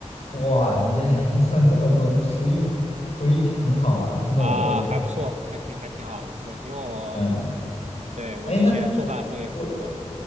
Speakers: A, on the left; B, on the right.
A: 哇，你这 <laughs> 像这么多，你厨艺厨艺很好啊，听得我都
B: 啊，还不错，还挺还挺好的，对，因为我
A: 嗯，
B: 对我之前做饭会很多的，
A: 哎，那我